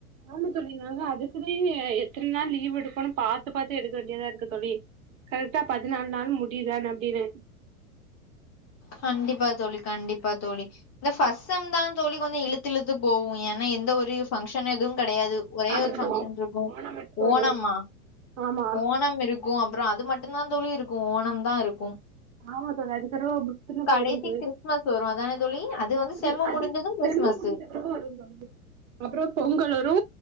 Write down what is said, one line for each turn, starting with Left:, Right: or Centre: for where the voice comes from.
Right: ஆமா தோழி நாங்க அதுக்குனே எத்தன் நாள் லீவ் எடுக்கனு பாத்து பாத்து எடுக்க வேண்டியதா இருக்கு தோழி கரெக்டா பதினாலு நாள் முடியுதான் அப்டின்னு
Left: கண்டிப்பா தோழி கண்டிப்பா தோழி இந்த ஃபர்ஸ்ட் செம் தா தோழி வந்து இழுத்து இழுத்து போகு ஏன்னா எந்த ஒரு ஃபங்க்ஷன் எதுவு கெடயாது ஒரே
Right: ஆமா
Left: ஒரு
Right: தோழி
Left: ஃபங்க்ஷன்ருக்கு
Right: ஓ ஓணம் மட்டு வரு
Left: ஓணம்மா
Right: ஆமா
Left: ஓணம் இருக் கு அப்புறொ அது மட்டுதா தோழி இருக்கு ஓணம் தா இருக்கு
Right: ஆமா தோழி அதுக் <unintelligible> எத்தன
Left: கடைசி
Right: பேருன் சொல்லு
Left: கிறிஸ்மஸ் வரு அதானே தோழி வந்து
Right: அது
Left: செம்மு
Right: அது
Left: முடிஞ்சது கிறிஸ்மஸு
Right: செம்மு முடிஞ்ச பிறகு வரு தோழி அப்புறோ பொங்கல் வரு